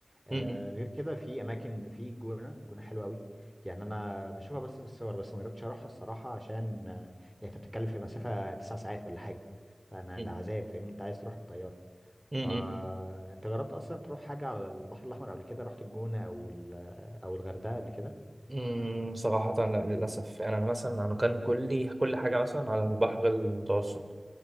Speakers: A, in the centre; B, on the right.
A: آه،
B: م-
A: غير كده في اماكن في الجونه الجونه حلوه قوي يعني انا بشوفها بس في الصور بس ما جربتش اروحها الصراحه عشان آه، يعني انت بتتكلم في مسافه تسع ساعات ولا حاجه فانا
B: م-
A: ده عذاب فاهمني انت عايز تروح بطياره
B: م-
A: فانت جربت اصلا تروح حاجه على البحر الاحمر قبل كده رحت الجونه او ال- او الغردقه قبل كده
B: م- م- صراحة لا للأسف يعني أنا مثلا أنا كان كلي كل حاجة مثلا على البحر المتوسط